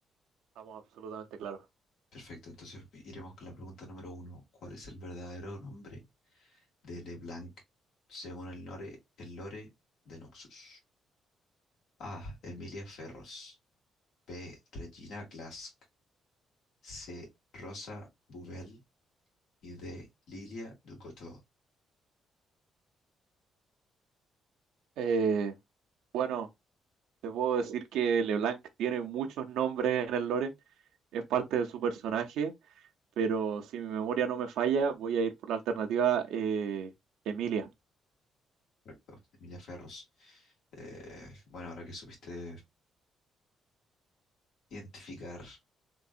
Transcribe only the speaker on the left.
Perfecto, entonces iremos con la pregunta número uno. ¿Cuál es el verdadero nombre de LeBlanc según el lore, el lore de Noxus? A. Emilia Ferros. B. Regina Glask. C. Rosa Bubel y de Lilia Ducotto,
correcto, de Emilia Ferros. Eh, bueno, ahora que supiste identificar